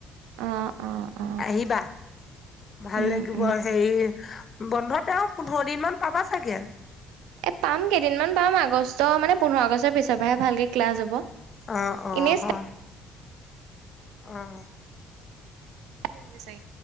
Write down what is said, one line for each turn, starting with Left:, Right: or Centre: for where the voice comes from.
Right: অ অ অ
Left: আহিবা ভাল
Right: উম
Left: লাগিব।
Right: উম উম।
Left: হেৰি- বন্ধ তেওঁ পোন্ধৰ দিন মান পাবা চাগে?
Right: এ' পাম কেইদিনমান পাম। আগষ্ট মানে পোন্ধৰ আগষ্টৰ পিছৰ পৰাহে ভালকে ক্লাছ হ'ব।
Left: অঁহ', -অঁহ',
Right: এনেই
Left: -হয়।
Right: ষ্টাৰ্ট
Left: উম।
Right: হয়, ছাগে।